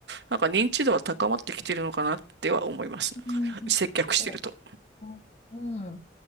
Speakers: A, on the right (about 65°); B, on the left (about 35°).
A: なんか認知度は高まってきてるのかなっては思います。なんか接客してると。
B: うん。そう。うん。